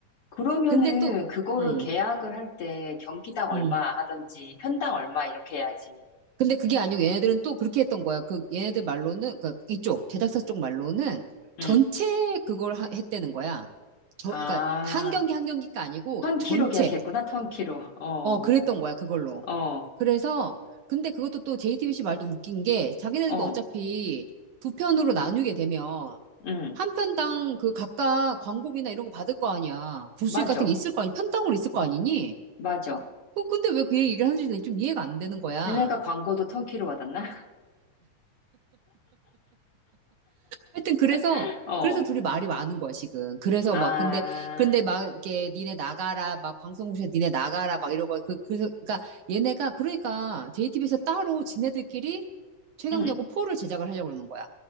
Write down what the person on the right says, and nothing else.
근데 또,
음,
음.
근데 그게 아니고 얘네들은 또 그렇게 했던 거야. 그 얘네들 말로는, 그 이쪽, 제작사 쪽 말로는
전체 그걸 하- 했다는 거야. 저,
그러니까 한 경기 한 경기가 아니고
전체.
어, 그랬던 거야, 그걸로.
그래서 근데 그것도 또 JTBC 말도 웃긴 게 자기네들도
어차피 두 편으로 나누게 되면
한 편당 그 각각 광고비나 이런 거 받을 거 아니야. 부수익
같은 게 있을 거 아니, 편당으로 있을 거 아니니?
그 근데 왜 그 얘기를 하는지 좀 이해가 안 되는 거야.
하여튼 그래서
그래서 둘이 말이 많은 거야, 지금. 그래서
막 근데 근데 막 이게 니네 나가라 막 방송국에서 니네 나가라 막 이러고 그 그래서 그러니까 얘네가 그러니까 JTBC에서 따로 지네들끼리 최강
야구 4를 제작을 하려고 그러는 거야.